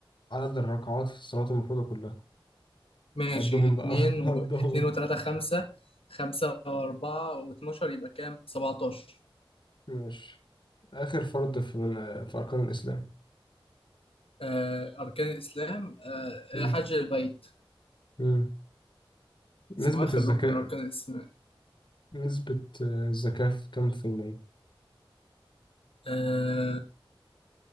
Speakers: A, on the left (about 55°); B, on the left (about 80°).
A: عدد الركعات في الصلاة المفروضة كلها
B: ماشي
A: عدهم
B: اتنين
A: بقى <laughs>
B: و...
A: عدهم
B: اتنين
A: انت
B: وتلاتة خمسة خمسة وأربعة واتناشر يبقى كام؟ سبعتاشر
A: ماشي آخر فرض في من في أركان الإسلام
B: آه أركان الإسلام آه
A: مم.
B: آه، حج البيت
A: مم. نسبة
B: اسمه إيه؟ آخر
A: الزكاة
B: ركن من أركان الإسلام
A: نسبة آه، الزكاة في كم في المية؟
B: آه